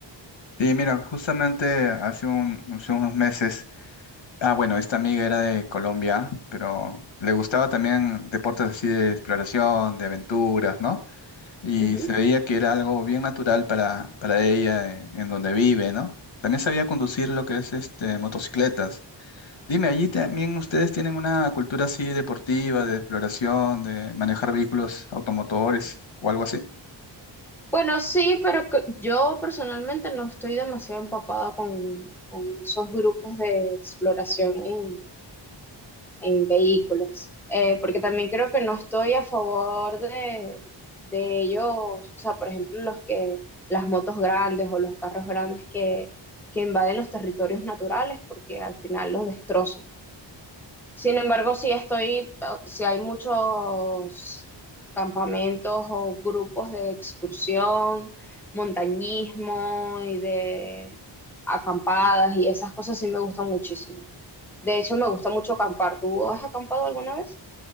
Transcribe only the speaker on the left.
Sí, mira, justamente hace un- hace unos meses, ah, bueno, esta amiga era de Colombia, pero le gustaba también deportes así de exploración, de aventuras, ¿no? y
se veía que era algo bien natural para, para ella en, en donde vive, ¿no? También sabía conducir lo que es este, motocicletas. Dime, allí también ustedes tienen una cultura así deportiva, de exploración, de manejar vehículos automotores o algo así.